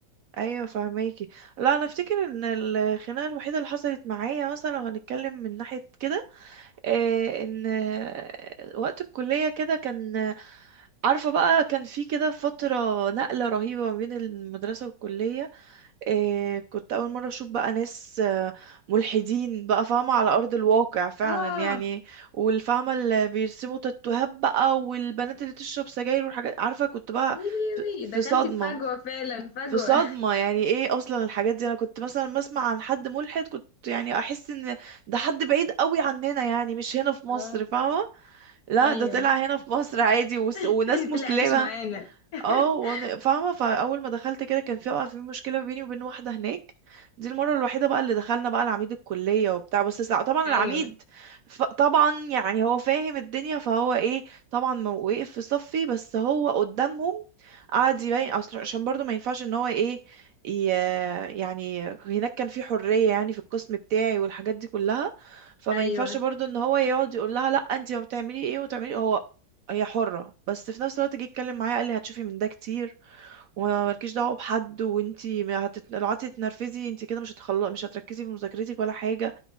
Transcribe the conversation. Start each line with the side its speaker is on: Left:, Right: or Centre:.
Right: ايوه فهماكي لا انا افتكر ان الخناقه الوحيده اللي حصلت معايا مثلا لو هنتكلم من ناحيه كده آه، ان آه، وقت الكليه كده كان عارفه بقى كان في كده فتره نقله رهيبه ما بين المدرسه والكليه إيه كنت أول مرة أشوف بقى ناس آه، ملحدين بقى فاهمة على أرض الواقع فعلا
Left: اه
Right: يعني والفاهمة اللي بيرسموا تاتوهات بقى والبنات اللي تشرب سجاير والحاجات عارفة كنت بقى
Left: يليوي
Right: في في
Left: دخلت
Right: صدمة
Left: في فجوه فعلا فجوه
Right: في صدمة يعني ايه أصلا الحاجات دي أنا كنت مثلا بسمع عن حد ملحد كنت يعني أحس إن ده حد بعيد قوي عننا يعني مش هنا في مصر
Left: اه
Right: فاهمة لا
Left: ايوه
Right: ده طلع هنا في مصر عادي وس- وناس
Left: <laughs>
Right: مسلمة
Left: طلع عايش معانا
Right: اه
Left: <laughs>
Right: وانا فاهمه فاول ما دخلت كده كان في بقى في مشكله بيني وبين واحده هناك دي المره الوحيده بقى اللي دخلنا بقى العميد الكليه وبتاع بس سا- طبعا
Left: ايوه
Right: العميد ف... طبعا يعني هو فاهم الدنيا فهو ايه طبعا ما وقف في صفي بس هو قدامهم قعد يبين اصل عشان برضه ما ينفعش ان هو ايه ي... يعني هناك كان في حريه يعني في القسم بتاعي والحاجات دي كلها فما
Left: ايوه
Right: ينفعش برضه ان هو يقعد يقول لها لا انت ما بتعملي ايه وتعملي هو هي حرة بس في نفس الوقت جه يتكلم معايا قال لي هتشوفي من ده كتير ومالكيش دعوة بحد وانتي ما هتت... لو قعدتي تتنرفزي انتي كده مش هتخلص مش هتركزي في مذاكرتك ولا حاجة